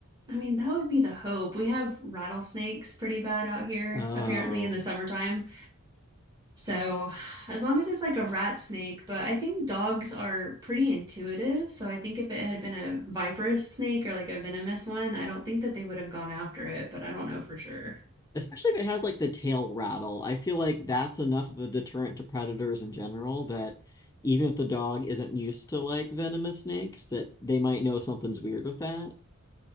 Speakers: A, on the right; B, on the left.
A: I mean, that would be the hope. We have rattlesnakes pretty bad out here,
B: Oh.
A: apparently in the summertime. So as long as it's like a rat snake, but I think dogs are pretty intuitive. So I think if it had been a viperous snake or like a venomous one, I don't think that they would have gone after it, but I don't know for sure.
B: Especially if it has like the tail rattle. I feel like that's enough of a deterrent to predators in general that even if the dog isn't used to like venomous snakes, that they might know something's weird with that.